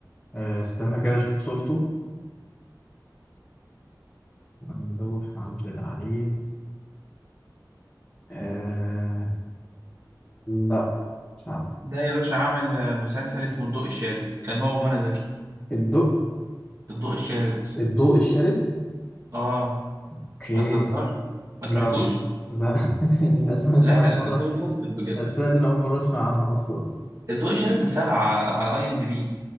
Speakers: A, on the left; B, on the right.
A: أه استنى كده اشوف صورته ممدوح عبد العليم أه لا مش عارف
B: ده يا باشا عمل آه، مسلسل اسمه الضوء الشارد كان هو ومنى زكي
A: الضوء
B: الضوء الشارد
A: الضوء الشارد
B: اه
A: اوكي
B: ما تهزرش ما
A: لا
B: سمعتوش
A: لا <laughs> الاسماء دي
B: لا
A: انا اول
B: لا
A: مره
B: لا انت بتهزر بجد
A: الاسماء دي انا اول مره اسمع عنها اصلا
B: الضوء الشارد ده سبعة على اي ام دي بي